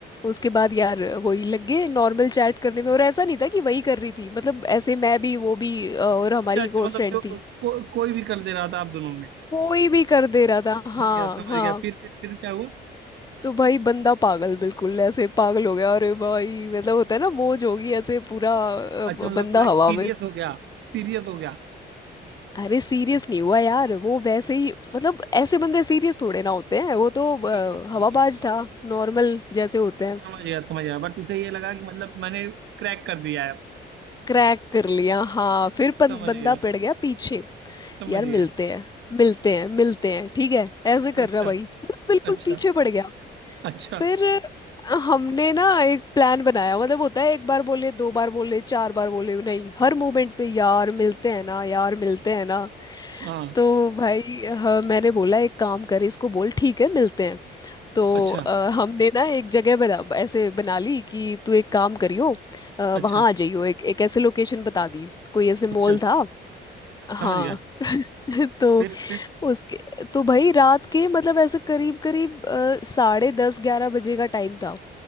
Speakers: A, on the left (about 20°); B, on the right (about 85°).
A: उसके बाद यार वही लग गए नॉर्मल चैट करने में और ऐसा नहीं था कि वही कर रही थी मतलब ऐसे मैं भी वो भी अ, और हमारी
B: अच्छा अच्छा
A: एक
B: मतलब
A: और फ्रेंड
B: जो को,
A: थी
B: कोई भी कर दे रहा था आप दोनों में
A: कोई भी कर दे रहा था
B: समझ
A: हाँ
B: गया समझ
A: हाँ
B: गया फिर फिर फिर क्या हुआ
A: तो भाई बंदा पागल बिल्कुल ऐसे पागल हो गया अरे भाई मतलब होता है ना मौज होगी ऐसे पूरा अ,
B: अच्छा मतलब
A: बंदा
B: लाइक
A: हवा
B: सीरियस
A: में
B: हो गया सीरियस हो गया
A: अरे सीरियस नहीं हुआ यार वो वैसे ही मतलब ऐसे बंदे सीरियस थोड़े ना होते हैं वो तो अ,
B: ये भी सही
A: हवाबाज
B: है ये
A: था
B: भी सही
A: नॉर्मल जैसे
B: है।
A: होते
B: हाँ
A: हैं
B: समझ गया समझ गया बट उसे ये लगा कि मतलब मैंने क्रैक कर दिया है
A: क्रैक कर लिया हाँ फिर बन,
B: समझ
A: बंदा
B: गया
A: पड़ गया पीछे
B: समझ
A: यार
B: गया
A: मिलते हैं मिलते हैं मिलते हैं ठीक है ऐसे कर
B: अच्छा
A: रहा भाई बिल्कुल
B: अच्छा
A: पीछे पड़ गया
B: अच्छा
A: फिर हमने ना एक प्लान बनाया मतलब होता है एक बार बोले दो बार बोले चार बार बोले नहीं हर मोमेंट पे यार मिलते हैं ना यार मिलते हैं ना
B: हाँ
A: तो भाई हाँ, मैंने बोला एक काम कर इसको बोल ठीक है मिलते हैं तो
B: अच्छा
A: अ, हमने ना एक जगह बना ऐसे बना ली कि तू एक काम करियो अ,
B: अच्छा
A: वहाँ आ जाइयो एक एक ऐसे लोकेशन बता दी कोई ऐसे मॉल
B: अच्छा
A: था हाँ
B: समझ गया
A: <laughs> तो
B: फिर फिर
A: उसके तो भाई रात के मतलब ऐसे करीब करीब अ, साढ़े दस ग्यारह बजे का टाइम था